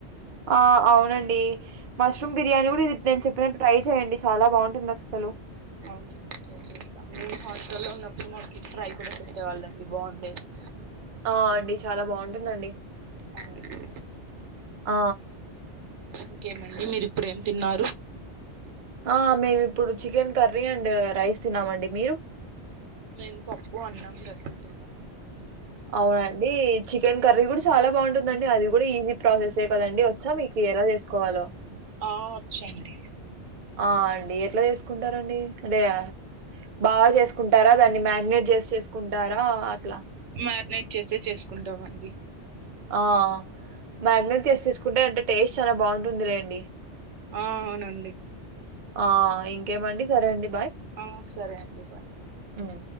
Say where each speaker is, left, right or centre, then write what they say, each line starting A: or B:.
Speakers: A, on the right (about 50°); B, on the right (about 85°).
A: ఆ! అవునండి. మష్రూమ్ బిర్యానీ కూడా ఇది నేను చెప్పినట్టు ట్రై చెయండి చాలా బాగుంటుంది అసలు
B: అవునండిసస్తాం మేము హాస్టల్లో ఉన్నప్పుడు మాకి ఫ్రై కూడా పెట్టేవాళ్ళండి బాగుండేది
A: ఆ అండి చాలా బాగుంటుందండి
B: అవును
A: ఆ
B: ఇంకేమండి మీరిప్పుడు ఏం తిన్నారు
A: ఆ మేము ఇప్పుడు చికెన్ కర్రీ అండ్ రైస్ తిన్నమండి మీరు
B: మేము పప్పు అన్నాం రసం తిన్నామండి
A: అవునండి చికెన్ కర్రీ కూడా చాలా బాగుంటుందండి అది కూడా ఈజీ ప్రాసెసే కదండి వచ్చా మీకు ఎలా చేసుకోవాలో
B: ఆ వచ్చండి
A: ఆ అండి ఎట్లా చేసుకుంటారండి అంటే బాగా చేసుకుంటారా దాన్ని మ్యాగ్ిననేట్ చేసి చేసుకుంటారా అట్లా
B: మ్యారినేట్ చేస్తే చేసుకుంటామండి
A: ఆ మ్యాగినేట్ తీసేసుకుంటే అంటే టేస్ట్ చాలా బాగుంటుంది లేండి
B: ఆ అవునండి
A: ఆ ఇంకేమండి సరే అండి
B: ఆ సరే అండి బాయ్
A: మ్